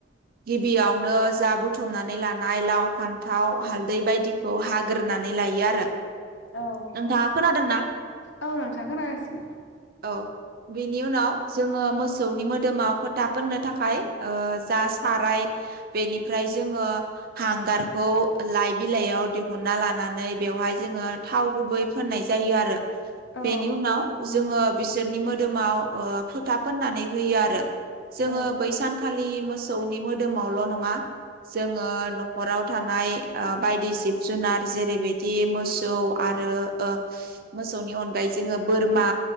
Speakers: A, on the right (about 50°); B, on the left (about 70°).
A: गिबियावनो जा बुथुमनानै लानाय लाव फान्थाव हालदै बायदिखौ हाग्रोनानै लायो आरो
B: औ
A: नोंथाङा खोनादोंना
B: औ नोंथां
A: <inaudible>
B: खोनागासिनो
A: औ बिनि उनाव जोङो मोसौनि मोदोमाव फोथा फोननो थाखाय ओ जा साराय बेनिफ्राय जोङो हांगारखौ लाइ बिलाइयाव दिहुनना लानानै बेवहाय जोङो थाव गुबै फोननाय जायो आरो
B: औ
A: बेनि उनाव जोङो बिसोरनि मोदोमाव ओ फोथा फोननानै होयो आरो जोङो
B: औ
A: बै सानखालि मोसौनि मोदोमावल' नङा जोङो नखराव थानाय ओ बायदि जिब जुनार जेरैबायदि मोसौ आरो ओ मोसौनि अनगायै जोङो बोरमा